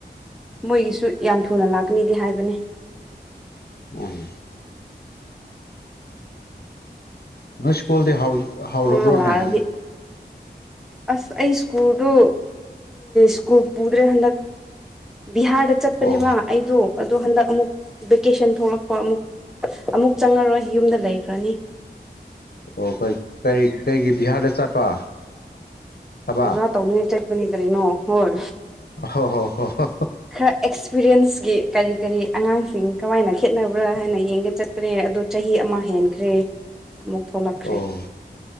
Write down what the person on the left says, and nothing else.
ꯃꯅꯦ ꯅꯣꯏ ꯁ꯭ꯀꯨꯜꯗꯤ ꯍꯧꯥ ꯍꯧꯔꯕ꯭ꯔꯣꯅꯦ
ꯍꯟ
ꯑꯣ
ꯑꯣ ꯀꯩ ꯀꯩ ꯀꯩꯒꯤ ꯕꯤꯍꯥꯔꯗ ꯆꯠꯄ ꯊꯕꯛ
ꯍꯣ ꯍꯣ ꯍꯣ ꯍꯣ
ꯑꯣ